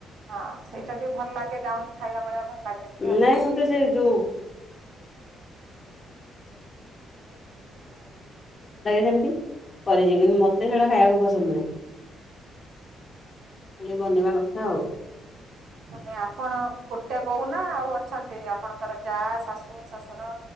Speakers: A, on the right (about 70°); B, on the left (about 35°).
A: ହଁ, ସେଇଟା ଟିକେ ଭଲ ଲାଗେ ଗାଉଁଲି ଖାଇବା ଭଳିଆ ଭଲ ଲାଗେ। ଟିକେ ଆଉ।
B: ନାଇଁ ମତେ ସେ ଯୋଉ। <unintelligible> କରିଚି, କିନ୍ତୁ ମୋତେ ସେଇଟା ଖାଇବାକୁ ପସନ୍ଦ ନୁହେଁ। ଖାଲି ବନେଇବା କଥା ଆଉ।
A: ମାନେ ଆପଣ ଗୋଟେ ବୋଉ ନା ଆଉ ଅଛନ୍ତି ଆପଣଙ୍କର ଯା, ଶାଶୁ, ଶଶୁର?